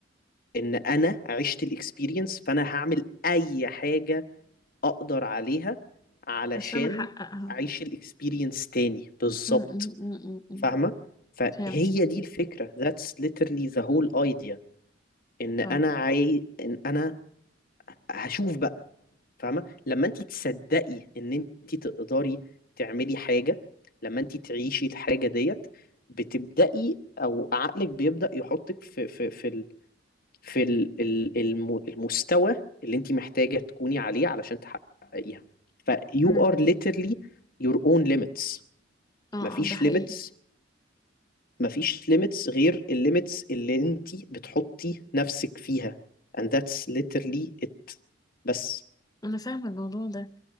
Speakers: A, on the left; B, on the left.
A: ان انا عشت الاكسبيرينس فانا هعمل اي حاجة اقدر عليها علشان
B: عشان أحققها
A: اعيش الاكسبيرينس تاني بالظبط
B: مم. مم. مم. مم.
A: فاهمة فهي
B: فهمت
A: دي الفكرة that's literally the whole idea ان انا
B: اه
A: عاي... ان انا هشوف بقى فاهمة لما انت تصدقي ان انت تقدري تعملي حاجة لما انت تعيشي الحاجة ديت بتبدأي او عقلك بيبدأ يحطك في في في ال... في ال- ال- الم- المستوى اللي انت محتاجة تكوني عليه علشان تحققيها ف you
B: مم.
A: are literally your own limits
B: اه
A: مفيش
B: اه ده حقيقي
A: limits مفيش limits غير الليميتس اللي انت بتحطي نفسك فيها and that's literally it بس
B: أنا فاهمة الموضوع ده